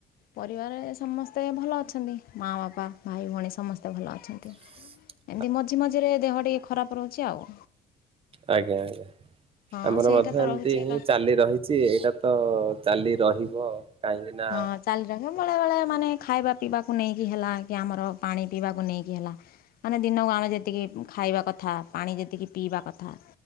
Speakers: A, on the left; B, on the right.
A: ପରିବାରରେ ସମସ୍ତେ ଭଲ ଅଛନ୍ତି ମାଆ, ବାପା, ଭାଇ, ଭଉଣୀ, ସମସ୍ତେ ଭଲ ଅଛନ୍ତି।
B: ହଁ।
A: ଏମିତି ମଝି ମଝିରେ ଦେହ ଟିକେ ଖରାପ ରହୁଛି ଆଉ।
B: ଆଜ୍ଞା ଆଜ୍ଞା
A: ହଁ
B: ଆମର
A: ସେଇଟା
B: ମଧ୍ୟ
A: ତ
B: ଏମିତି
A: ରହୁଛି ଏକା।
B: ହିଁ ଚାଲି ରହି ଛି, ଏଇଟା ତ ଚାଲି ରହିବ କାହିଁକି ନା
A: ହଁ ଚାଲି ରହିବ। ବେଳେ ବେଳେ ମାନେ ଖାଇବା ପିଇବାକୁ ନେଇକି ହେଲା, କି ଆମର ପାଣି ପିଇବାକୁ ନେଇକି ହେଲା। ମାନେ ଦିନକୁ ଆମେ ଯେତିକି ଖାଇବା କଥା, ପାଣି ଯେତିକି ପିଇବା କଥା।